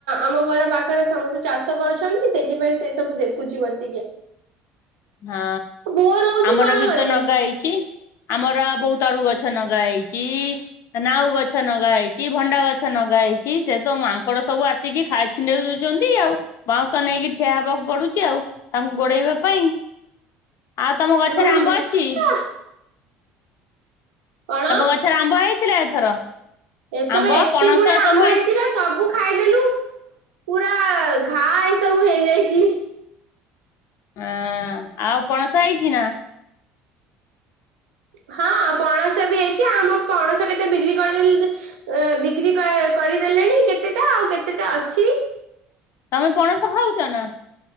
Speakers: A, on the right; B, on the left.
A: ଆମ ଘର ପାଖରେ ସମସ୍ତେ ଚାଷ କରୁଛନ୍ତି ସେଇଥିପାଇଁ ସେ ସବୁ ଦେଖୁଛି ବସିକି। <inaudible>
B: ହଁ
A: ବୋର ହଉଛି
B: ଆମର
A: କଣ
B: ବି
A: କରିବି
B: ତ ନଗା ଇ ଚି ଆମର ବୌତଳୁ ଗଛ ନଗା ହେଇଛି। ନାଉ ଗଛ ନଗା ହେଇଛି ଭଣ୍ଡା ଗଛ ନଗା ହେଇଛି ସେ ତ ମାଙ୍କଡ ସବୁ ଆ ସିକି ଖାଇ ଛିଣ୍ଡେଇ ଦଉଛନ୍ତି ଆଉ ବାଉଁଶ ନେଇକି ଠିଆ ହେବାକୁ ପଡୁଛି ଆଉ। ତାଙ୍କୁ ଗୋଡେଇବା ପାଇଁ ଆଉ ତମ ଗଛରେ
A: ହୁଁ
B: ଆମ୍ବ ଅଛି?
A: ଆ କଣ
B: ତମ ଗଛରେ ଆମ୍ବ ହେଇଥିଲା ଏଥର?
A: ଏଥର
B: ଆମ୍ବ
A: ଏତେ
B: ପଣସ
A: ଗୁଡେ
B: ସବୁ
A: ଆମ୍ୱ ହେଇଥିଲା ସବୁ ଖାଇଦେଲୁ ପୁରା ଘା ଏସବୁ ହେଇଯାଇଛି।
B: ହଁ ଆଉ ପଣସ ହେଇଛି ନା?
A: ହଁ ପଣସ ବି ହେଇଛି ଆମ ପଣସ କେତେ ବିକ୍ରି କରିଦେଲ ଅ ବିକ୍ରି କରିଦେଲେଣି କେତେଟା ଆଉ କେତେଟା ଅଛି।
B: ତମେ ପଣସ ଖାଉଛ ନା?